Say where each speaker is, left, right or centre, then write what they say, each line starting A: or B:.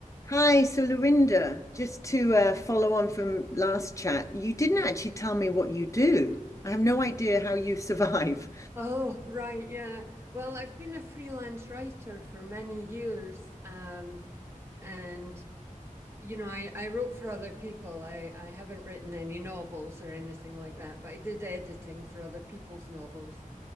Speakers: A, on the left; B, on the right.
A: Hi, so Lorinda, just to uh, follow on from last chat, you didn't actually tell me what you do. I have no idea how you survive.
B: Oh, right, yeah. Well, I've been a freelance writer for many years, um, and you know, I, I wrote for other people. I, I haven't written any novels or anything like that, but I did editing for other people's novels,